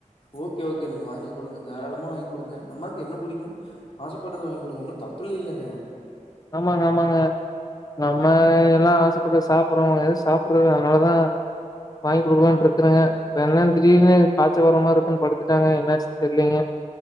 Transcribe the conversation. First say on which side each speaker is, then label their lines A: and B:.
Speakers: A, on the left; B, on the left.
A: ஓகே ஓகே நீங்க வாங்கி் குடுங்க தாராளமா வாங்கி் குடுங்க அம்மாக்கு என்ன புடிக்கு ஆசபட்டத வாங்கி குடுங்க ஒண்ணு தப்பு இல்லில்லங்க
B: ஆமாங்க ஆமாங்க நம்ம எல்லா ஆசப்பட்டு சாப்புறோ எது சாப்றது அதனாலதா வாங்கி் குடுக்கலாருக்குறங்க என்ன திடீனு காச்ச வரமாருக்குனு படுத்துட்டாங்க என்னாச்சு தெரிலீங்க